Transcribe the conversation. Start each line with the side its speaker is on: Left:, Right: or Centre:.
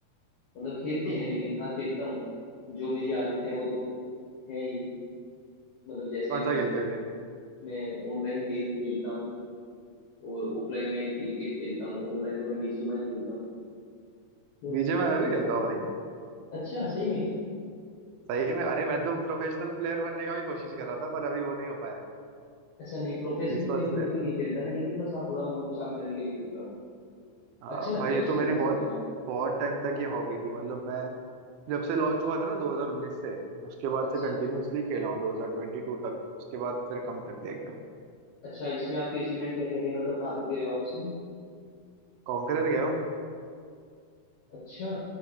Left: मतलब खेलते
Right: हम्म
Left: हैं लेकिन हाँ खेलता हूँ जो मेरी आदतें हैं वो तो है ही मतलब जैसे
Right: कौन
Left: मैं
Right: सा खेलते हो गेम
Left: मैं ऑनलाइन गेम खेलता हूँ और ऑफलाइन में क्रिकेट खेलता हूँ ऑनलाइन तो मैं बीजीएमआई खेलता हूँ बस
Right: बीजे
Left: ये
Right: में मैं
Left: सब
Right: भी खेलता हूँ भाई
Left: अच्छा सही में
Right: सही में अरे मैं तो प्रोफेशनल प्लेयर बनने का भी कोशिश कर रहा था पर अभी वो नहीं हो पाया
Left: अच्छा नहीं प्रोफेशनल
Right: E sports
Left: वे
Right: player
Left: में तो नहीं खेलता मैं लेकिन बस हाँ थोड़ा मन को शांत करने के लिए खेलता हूँ
Right: हाँ
Left: अच्छा लगता
Right: भाई
Left: है
Right: ये
Left: बस
Right: तो मेरी
Left: थोड़ा
Right: बहुत
Left: सा खेलना
Right: बहुत टाइम तक ये हॉबी थी मतलब मैं जब से लॉन्च हुआ था ना 2019 से उसके बाद
Left: अच्छा
Right: से कंटिन्यूअसली खेला हूँ 2022 तक उसके बाद फिर कम कर दिया एकदम
Left: अच्छा इसमें आपके अचीवमेंट क्या कह रहे हैं मतलब कहाँ तक गए हो आप इसमें
Right: कॉन्करर गया हूँ
Left: अच्छा